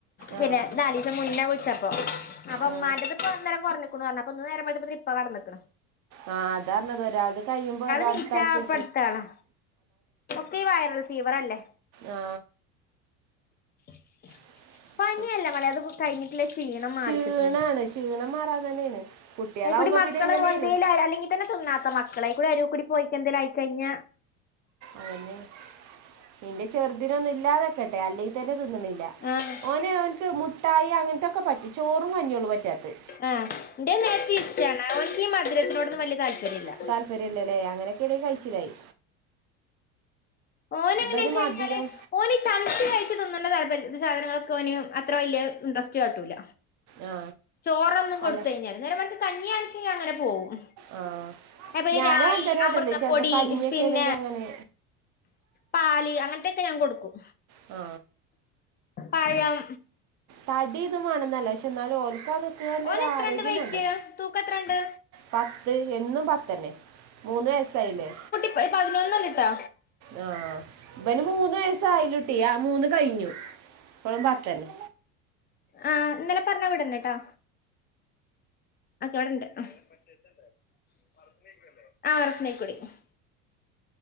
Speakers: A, on the left (about 25°); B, on the right (about 45°).
A: പിന്നെ
B: ആഹ്
A: നാലീ ദിവസം മുന്നെ വിളിച്ചപ്പോ. അപ്പൊ
B: ആഹ്
A: അമ്മാന്റത് അപ്പം അന്നേരം കുറഞ്ഞിരിക്കണ്, ഇപ്പം നേരം വെളുത്തപ്പോ ഇപ്പൊ കിടന്നേക്കണ്.
B: ആ, അതാഞ്ഞത് ഒരാൾക്ക് കഴിയുമ്പോ ഒരാൾക്ക്
A: നീച്ചാ അപ്പ അടുത്താളാ ഒക്കെ ഈ വൈറൽ ഫീവർ ഇണ്ട്.
B: ആ
A: <unintelligible>
B: <unintelligible>
A: തന്നെയല്ല മോളെ അത് കഴിഞ്ഞിട്ടില്ല. ക്ഷീണം
B: ക്ഷീണാണ്
A: മാറിക്കിട്ടണെങ്കിൽ
B: ക്ഷീണം മാറാൻ തന്നെയാണ് കുട്ടികളാവുമ്പോ
A: അ കുട്ടി മക്കള്
B: പിന്നെ എങ്ങനെയാലും
A: എന്തേല് അല്ലെങ്കിൽ തിന്നാത്ത മക്കളാ ഇവിടെ അരു കൂടി പോയിക്കഴിഞ്ഞാ എന്തേങ്കലയിക്കഴിഞ്ഞ
B: അതന്നെ നിന്റെ ചെറുതിനൊന്നും ഇല്ലാതെ അല്ലെങ്കിൽ തിന്നണൊന്നുമില്ല.
A: ആഹ്
B: ഓന് മുട്ടായി അങ്ങനത്തൊക്കെ പറ്റും. ചോറും കഞ്ഞിയോള്ളൂ പറ്റാത്തത്.
A: ആ എന്റെ നേരെ തിരിച്ചാണ്. എനിക്ക് ഈ മദ്രസെയോടൊന്നും വലിയ താല്പര്യം ഇല്ല.
B: താല്പര്യം ഇല്ലല്ലേ അങ്ങനെയൊക്കെ ഇനി കഴിച്ചിലായി.
A: ഓനങ്ങനെ
B: ഇവന്
A: വെച്ച്
B: മധുരം
A: കഴിഞ്ഞാല്. ഓന് ചംച്ച കഴിച്ച് തിന്ന ണ്ട താല്പര്യ ഒന്നുമില്ല. സാധനങ്ങളൊക്കെ ഓന് അത്ര വലിയ ഇൻട്രസ്റ്റ് കാട്ടൂല്ല.
B: ആ
A: ചോറൊന്നും കൊടുത്ത
B: അല്ല
A: കഴിഞ്ഞാല് നേരെ മറിച്ച് കഞ്ഞിയാന്ന് വെച്ച് കഴിഞ്ഞാ
B: ആ
A: അപ്പൊ
B: ഞാനും
A: അരായി
B: അങ്ങനെ തന്നെ ആട്ടല്ലേ
A: അമൃതംപ്പൊടി
B: ചിലപ്പോൾ കഞ്ഞിയൊക്കെ
A: പിന്നെ
B: ആണെങ്കിൽ അങ്ങനെ
A: പാല് അങ്ങനത്തൊക്കെ ഞാൻ കൊടുക്കും.
B: ആ
A: പഴം
B: തടി ഒന്നും വേണന്നല്ല പക്ഷെ എന്നാലും നിൽക്കുന്നതിലൊരു
A: ഓന് എത്രണ്ട്
B: ആരോഗ്യം
A: വെയ്റ്റ്
B: വേണ്ടേ
A: തൂക്കം എത്രണ്ട്?
B: പത്ത് എന്നും പത്തന്നെ മൂന്ന് വയസ്സായില്ലേ?
A: ഒരു പതിനൊന്നല്ലിട്ടാ
B: ആ ഇവന് മൂന്ന് വയസ്സ് ആയി കുട്ടി ഇവിടെ ആ മൂന്ന് കഴിഞ്ഞു. ഇപ്പളും അങ്ങനെത്തന്നെ.
A: ആ ഇന്നലെ പറഞ്ഞാ അവിടന്നട്ടോ <unintelligible>